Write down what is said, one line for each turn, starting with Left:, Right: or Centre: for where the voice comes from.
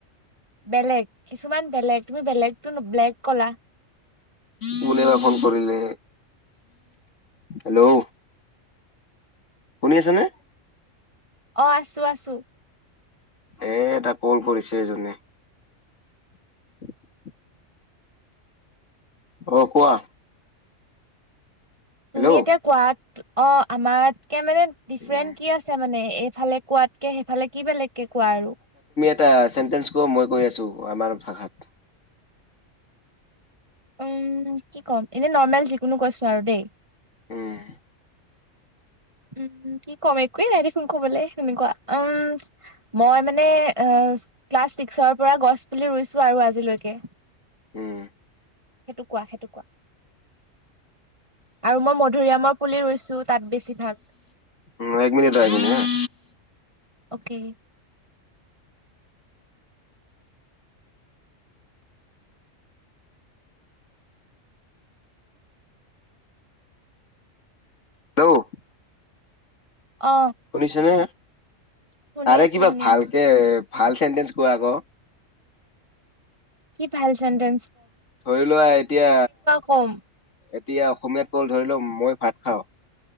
Right: বেলেগ কিছুমান বেলেগ। তুমি বেলেগতো ব্লেগ ক'লা।
Left: কোনে বা ফোন কৰিলে হেল্ল'! শুনি আছা নে?
Right: অ' আছোঁ আছোঁ।
Left: এ, এটা ক'ল কৰিছে এজনে। <inaudible> অ' কোৱা। হেল্ল'
Right: তুমি এতিয়া কোৱাত অ' আমাতকে মানে ডিফেৰেনট
Left: উম
Right: কি আছে মানে। এইফালে কোৱাতকে সেইফালে কি বেলেগকে কোৱা আৰু?
Left: তিয়া চেণ্টেচ কোৱা, মই কৈ আছোঁ আমাৰ ভাষাত।
Right: উম' কি ক'ম এনে নৰ্মেল যিকোনো কৈছোঁ আৰু দেই।
Left: উম'
Right: উম' কি কম একোৱেই নাই দেখোন কবলে তেনেকুৱা উম' মই মানে এ ক্লাছ ছিক্সৰ পৰা গছ পুলি ৰুইছো আৰু আজিলৈকে। সেইটো
Left: উম
Right: কোৱা, সেইটো কোৱা আৰু মই মধুৰিআমৰ পুলি ৰুই ছো তাত বেছিভাগ
Left: উম এক মিনিট আহিন-
Right: অকে
Left: হেল্ল',
Right: অ
Left: শুনিছেনে?
Right: শুনি
Left: আৰে
Right: আছো
Left: কিবা
Right: শুনি
Left: ভালকে
Right: আছো
Left: ভাল চেন্টেঞ্চ কোৱা আকৌ!
Right: কি ভাল চেটে
Left: ধৰি লোৱা এতিয়া
Right: কম
Left: এতিয়া অসমীয়াত ক'ল ধৰি লও মই ভাত খাওঁ।